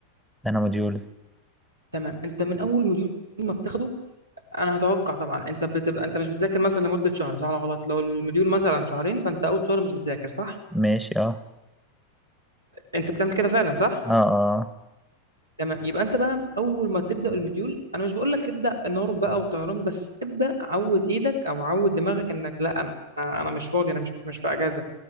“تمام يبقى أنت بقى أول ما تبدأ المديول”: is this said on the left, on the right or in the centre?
Right